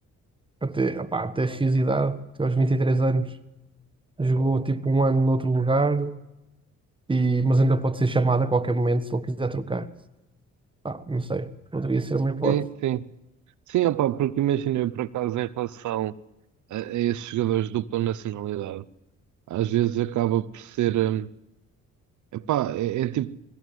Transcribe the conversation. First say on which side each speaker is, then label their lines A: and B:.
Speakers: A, on the right; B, on the right.
A: até, opá, até X idade, até aos 23 anos, jogou, tipo, um ano noutro lugar, e, mas ainda pode ser chamado a qualquer momento se ele quiser trocar. Pá, não sei, poderia ser uma hipótese.
B: sim, sim. Sim, opa, porque imagina eu por acaso em relação a, a esses jogadores de dupla nacionalidade, às vezes acaba por ser. hum, Epá, é, é tipo,